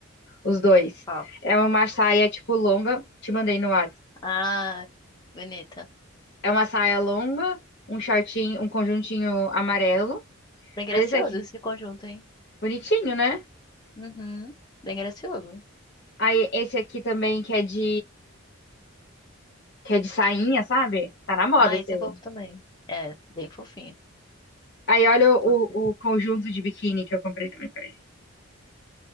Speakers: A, on the left (about 50°); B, on the left (about 20°).
A: Os dois.
B: qual?
A: É uma saia, tipo, longa, te mandei no WhatsApp.
B: Ah, bonita.
A: É uma saia longa, um shortinho, um conjuntinho amarelo.
B: Bem gracioso
A: Mas esse aqui,
B: esse conjunto, hein?
A: bonitinho, né?
B: Uhum. Bem gracioso.
A: Aí esse aqui também que é de que é de sainha, sabe? Tá na moda
B: Ah,
A: esse
B: esse
A: aí.
B: é fofo também. É, bem fofinho.
A: Aí olha o,
B: Gostei.
A: o conjunto de biquíni que eu comprei também pra ele.